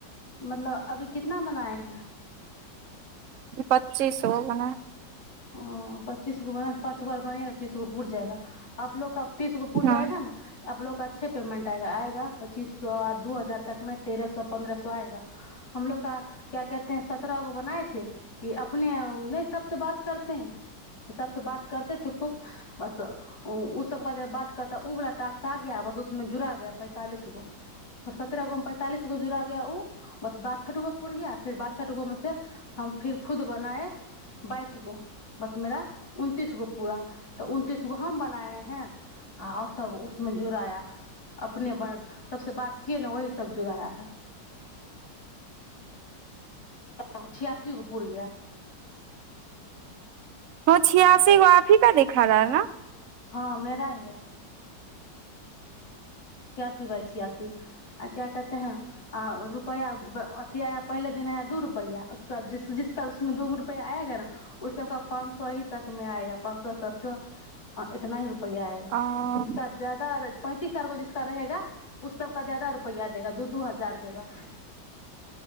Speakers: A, on the left; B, on the right.
A: मतलब अभी कितना बनाए हैं
B: पच्चीस गो बनाये है
A: ओ पच्चीस गो बन पाँच गोर बनेग तीस गो पुर जाएगा आप लोग तीसगो पूुर
B: हाँ
A: जाएगा ने आप लोग का अच्छे पेमंट आएगा आयेगा पच्चीस सए आ दू हजार तकमे तेरह सए पन्द्रह सए आएगा हमलोग का क्या कहतेै सत्रह गो बनाएथे कि अपने नहि सबसँ बात करते है सबसँ बात करते थे खूब बस ओ सब क जब बात करता ओ वाला टाक्स आ गया बस उसमें जुड़ा गय पैंतालिस गो ब सत्रह गो में पैंतालिस गो जुड़ा गया ओ बस ब टुको पुर गिया फिर बासठ गो मे से फिर खुद ब नाये बा उस गो बस मेरा उनतीस गो पूरा तऽ उनतीस गो हम बनाए है ओर सब उसमे जुड़य अपने बन सबबस बात किए ने वह सब जुड़ा है अब छआसी गो पूड़ गया
B: ह छियसी गो आपहिका दिखा रहा है न
A: हँ मेरा ही है छियासठ बाइ छियासी आ क्या है आ रुपैआ अथी आया पहिला दिन आया दू रुपैया आ उस दिन बाद जिस जिसका उसमे दू रुपया आएगा ने उस सबका पाँच सए ही तक मे आएगा पाँच सए सात सए इतना ही रुप पया आएगा ना
B: ह
A: जिसका ज्यादा पैन्तिस ओर गै जिस जिसका रहेगा उस सबका ज्यादा रुपया देगा दू दू हजार हजार देगा